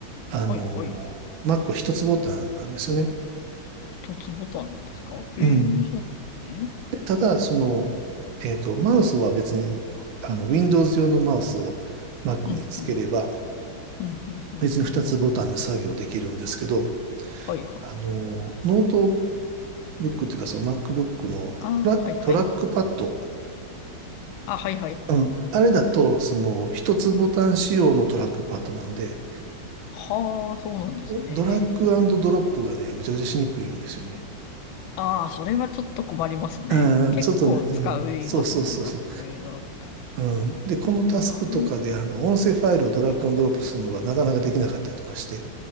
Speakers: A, on the right; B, on the left.
A: あの、
B: はい、はい。
A: Mac は1つボタンなんですよね。
B: 一つボタンなんですかへえ、
A: うん。
B: そうなんですね。
A: で、ただ、その、えっと、マウスは別に、あの、Windows 用のマウスを Mac
B: うん、
A: につければ、
B: うん、うん、うん、うん。
A: 別に2つボタンで作業できるんですけど、
B: うんはいはい。
A: あの、ノートブックっていうか、その MacBook のトラ、
B: ああ、はいはい。
A: トラックパッド、
B: あ、はいはい。
A: うん、あれだと、その、1つボタン仕様のトラックパッドなんで、
B: はあ、そうなんですね。
A: ドラッグドロップがね、めちゃくちゃしにくいんですよね。
B: ああ、それはちょっと困りますね。
A: うん、
B: 結構使いますね、
A: ちょっとね、うん、そうそうそうそう。
B: ドラッグドロップ。
A: うん。で、このタスクとかで、
B: あ
A: あの、音声ファイルをドラッグアンドドロップするのがなかなかできなかったりとかして、